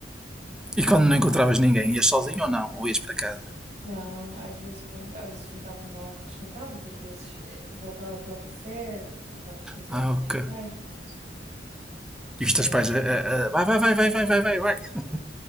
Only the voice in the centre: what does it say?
E quando não encontravas ninguém, ias sozinho ou não? Ou ias para casa?
Ah,
ok.
E os
teus pais, a- a- a- vai, vai, vai, vai, vai, vai, vai, vai. <laughs>